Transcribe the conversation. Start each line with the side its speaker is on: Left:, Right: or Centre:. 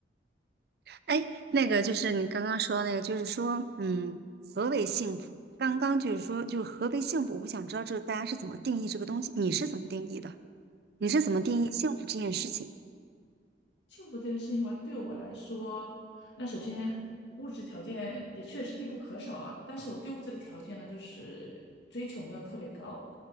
Right: 哎，那个就是你刚刚说的那个，就是说嗯何为幸福？刚刚就是说就是何为幸福？我想知道这大家是怎么定义这个东西，你是怎么定义的？你是怎么定义幸福这件事情？
Left: 幸福这件事情话，对我来说，那首先物质条件也确实必不可少啊。但是我对物质的条件呢，就是追求没有特别高。